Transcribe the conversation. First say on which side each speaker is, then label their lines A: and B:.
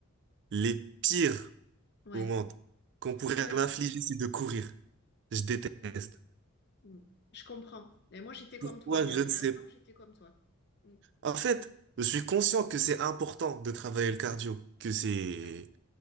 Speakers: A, on the right; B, on the left.
A: les pires
B: ouais,
A: au monde qu'on pourrait
B: ouais, ouais.
A: m'infliger, c'est de courir. Je déteste.
B: Mm. Je comprends. Et moi, j'étais comme
A: Pourquoi,
B: toi. Il y
A: je
B: a,
A: ne
B: il y
A: sais
B: a un
A: pas.
B: an, j'étais comme toi. Mm.
A: En fait, je suis conscient que c'est important de travailler le cardio, que c'est...
B: Ouais.